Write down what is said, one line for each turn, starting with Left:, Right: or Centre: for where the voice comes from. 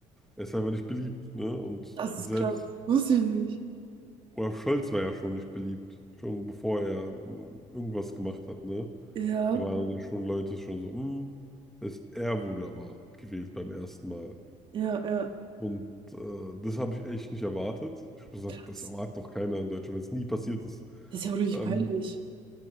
Centre: er ist einfach nicht beliebt, ne? Und
Right: Das
Centre: selbst
Right: ist krass. Wusste ich nicht.
Centre: Olaf Scholz war ja schon nicht beliebt, schon bevor er mm, irgendwas gemacht hat, ne?
Right: Ja,
Centre: Da waren ja schon Leute schon so, hm. Das heißt, er wurde aber gewählt beim ersten Mal.
Right: ja, ja.
Centre: Und äh, das habe ich echt nicht erwartet. Ich muss gesagt,
Right: Krass.
Centre: das erwartet doch keiner in Deutschland, wenn es nie passiert ist.
Right: Das ist ja auch richtig
Centre: Ähm,
Right: peinlich.